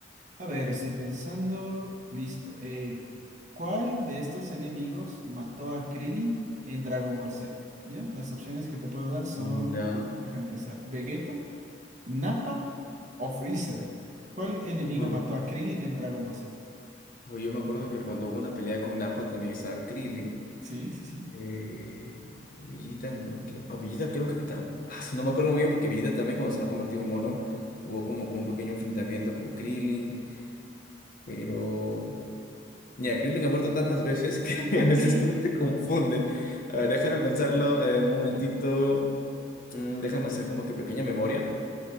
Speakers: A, on the right; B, on the left.
A: A ver, estoy pensando, listo. eh, ¿cuál de estos enemigos mató a Krillin en Dragon Ball Z? ¿Ya? Las opciones que te puedo dar son,
B: No.
A: déjame pensar, Vegeta, Nappa o Freezer. ¿Cuál enemigo
B: Uy,
A: mató a Krillin en Dragon Ball Z?
B: Oye, yo me acuerdo que cuando hubo una pelea con Nappa también estaba Krillin.
A: Sí, sí, sí.
B: Eh, Villita, n- creo, a Villita creo que tam- <laughs> ah, no me acuerdo muy bien porque Villita también cuando se ha convertido en mono hubo como que un pequeño enfrentamiento con Krillin, pero mira, Krillin ha muerto tantas veces que
A: <laughs>
B: <laughs> a veces uno se confunde. A ver, déjame pensarlo eh, un momentito, Mm, déjame hacer como que pequeña memoria.